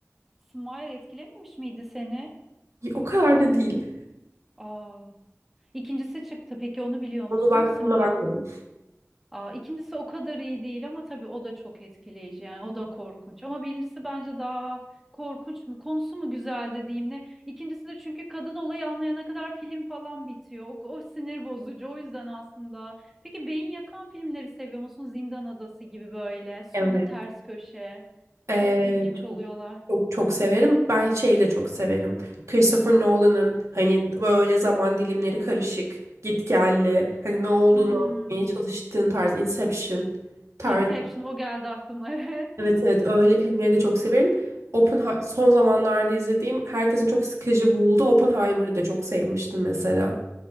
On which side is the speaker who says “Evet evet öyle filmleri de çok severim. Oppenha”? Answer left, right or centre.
Right